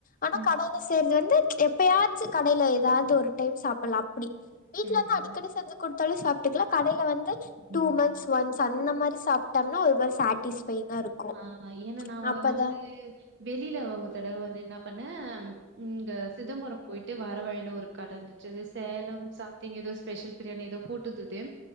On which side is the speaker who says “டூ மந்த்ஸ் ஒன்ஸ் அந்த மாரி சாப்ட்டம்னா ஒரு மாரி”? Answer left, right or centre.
Left